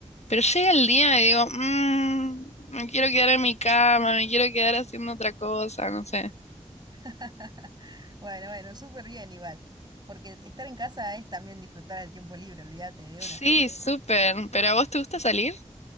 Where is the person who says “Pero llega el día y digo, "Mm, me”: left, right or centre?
Left